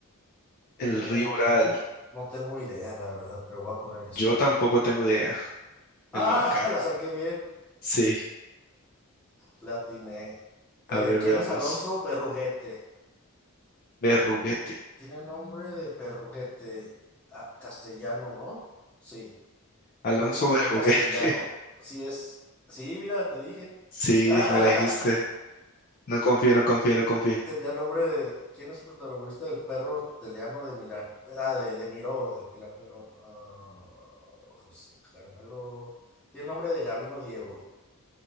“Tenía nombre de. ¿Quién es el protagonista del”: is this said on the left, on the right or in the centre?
Centre